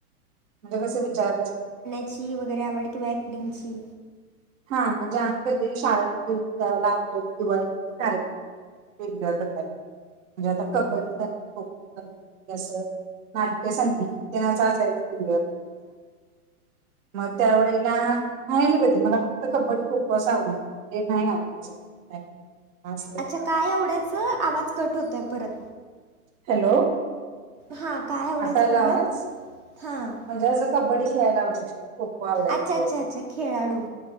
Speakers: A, on the right; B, on the right.
A: म्हणजे कसं विचारल्या सारखं
B: ची वगैरे आवड किंवा ॲक्टिंगची
A: हां म्हणजे आम्ही कधी शाळेमध्ये होतो तेव्हा, लहानपणी दिवाळीनंतर कार्यक्रम <unintelligible> म्हणजे आता कबड्डीसाठी खो-खो <unintelligible> असं नाट्य संगीत त्यांनाच असायचं दिवाळीला मग त्या वेळेला नाही ना कधी मला फक्त कबड्डी खो-खो असं आवडायचं, ते नाही आवडतं. <unintelligible> हा सर
B: अच्छा काय आवडायचं आवाज कट होतोय परत
A: हॅलो
B: हां काय आवडायचं
A: आता यायला
B: म्हणालात?
A: आवाज?
B: हां.
A: म्हणजे असं कबड्डी खेळायला आवडायची. खो-खो आवडायचं.
B: अच्छा, अच्छा, अच्छा खेळाडू.